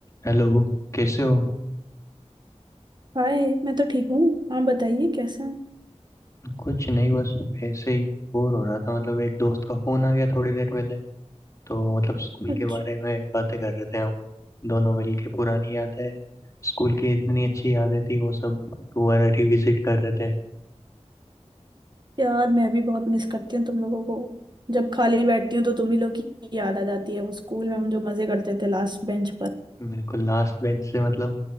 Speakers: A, on the left; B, on the right.
A: हेलो कैसे हो
B: हाय मैं तो ठीक हूँ आप बताइए कैसे हैं
A: कुछ नहीं बस ऐसे ही बोर हो रहा था मतलब एक दोस्त का फोन आ गया थोड़ी देर पहले तो मतलब स्कूल
B: अच्छा
A: के बारे में बातें कर रहे थे हम दोनों मिलके पुरानी यादें स्कूल की इतनी अच्छी यादें थी वो सब दोबारा रिविजिट कर रहे थे
B: यार मैं भी बहुत मिस करती हूँ तुम लोगों को जब खाली बैठती हूँ तो तुम ही लोग की याद आ जाती है वो स्कूल में हम जो मजे करते थे लास्ट बेंच पर
A: बिल्कुल लास्ट बेंच से मतलब